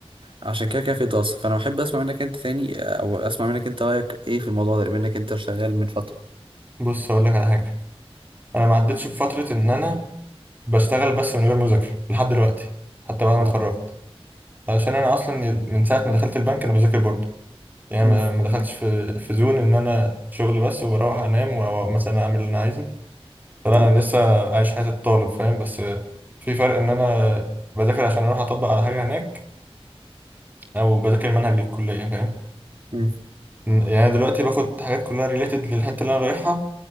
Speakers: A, on the right; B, on the right.
A: عشان كده كده في دراسه فانا بحب اسمع منك انت تاني او اسمع منك انت رايك ايه في الموضوع ده بانك انت شغال من فتره
B: بص أقول لك على حاجة أنا ما عدتش بفترة إن أنا بشتغل بس من غير مذاكرة لحد دلوقتي حتى بعد ما
A: اه
B: اتخرجت علشان أنا أصلا من ساعة ما دخلت البنك أنا بذاكر برضه يعني
A: امم
B: ما ما دخلتش في في زون إن أنا شغل بس وبروح أنام ومثلا أعمل اللي أنا عايزه فلا
A: اه
B: أنا لسه عايش حياة الطالب فاهم بس في فرق إن أنا بذاكر عشان أروح أطبق على حاجة هناك أو بذاكر منهج للكلية فاهم
A: امم
B: م- يعني أنا دلوقتي باخد حاجات كلها ريليتد للحته اللي انا رايحها